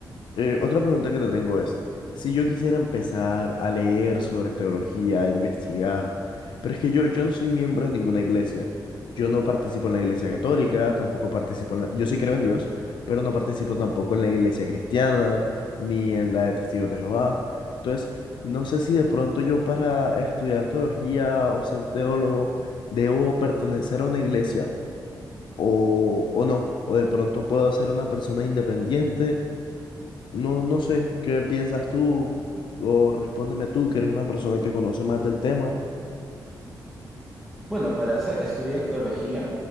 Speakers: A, on the left; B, in the centre.
A: eh, otra pregunta que te tengo es, si yo quisiera empezar a leer sobre teología, a investigar, pero es que yo, yo no soy miembro de ninguna iglesia, yo no participo en la iglesia católica, tampoco participo en la, yo sí creo en Dios, pero no participo tampoco en la iglesia cristiana, ni en la de Testigos de Jehová. Entonces, no sé si de pronto yo para estudiar teología o ser teólogo debo pertenecer a una iglesia o, o no, o de pronto puedo ser una persona independiente no, no sé, ¿qué piensas tú? O respóndeme tú, que eres una persona que conoce más del tema.
B: Bueno, para hacer- estudiar teología